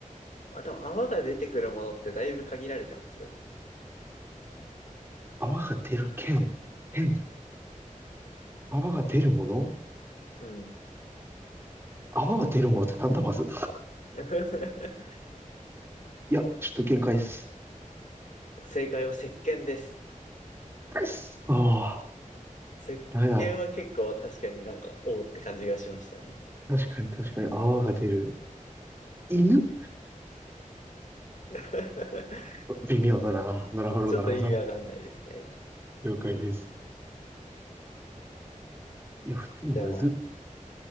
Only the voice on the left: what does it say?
まあ、でも泡が出てくるものってだいぶ限られてますよ。
うん。
<laughs>
正解は石鹸です。
石鹸は結構確かになんか、
おーって感じがしましたね。
<laughs>
ちょっと意味わかんないですね。
じゃあ、